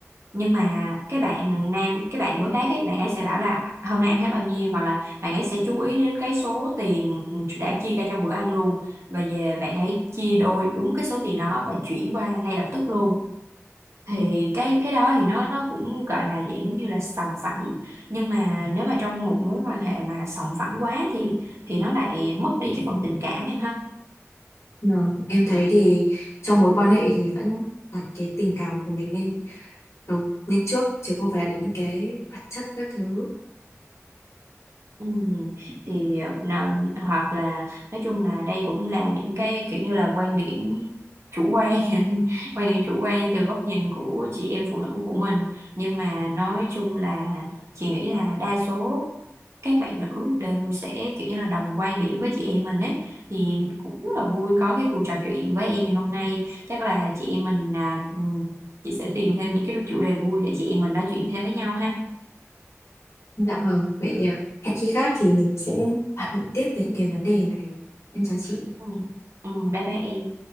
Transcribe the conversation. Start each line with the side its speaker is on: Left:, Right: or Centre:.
Right: nhưng mà cái bạn nam cái bạn đối tác ấy bạn ấy sẽ bảo là hôm nay ăn hết bao nhiêu hoặc là bạn ấy sẽ chú ý đến cái số tiền đã chia ra trong bữa ăn luôn và về bạn ấy chia đôi đúng cái số tiền đó và chuyển qua ngay lập tức luôn thì cái cái đó thì nó nó cũng gọi là dạng giống như là sòng phẳng nhưng mà nếu mà trong một mối quan hệ mà sòng phẳng quá thì thì nó lại mất đi cái phần tình cảm em ha
Left: Mà em thấy thì trong mối quan hệ thì vẫn đặt cái tình cảm của mình lên đầu lên trước chứ không phải là những cái vật chất các thứ.
Right: Ừ. Thì ờ, hoặc là nói chung là đây cũng là những cái kiểu như là quan điểm chủ quan <laughs> quan điểm chủ quan từ góc nhìn của chị em phụ nữ của mình nhưng mà nói chung là chị nghĩ là đa số các bạn nữ đều sẽ kiểu như là đồng quan điểm với chị em mình ấy thì cũng rất là vui có cái cuộc trò chuyện với em ngày hôm nay chắc là chị em mình à, ừ, chị sẽ tìm thêm những cái chủ đề vui để chị em mình nói chuyện thêm với nhau ha
Left: Dạ vâng, vậy à, hẹn khi khác thì mình sẽ bàn luận tiếp về những cái vấn đề này. Em chào chị.
Right: ừ, ừ, bye bye em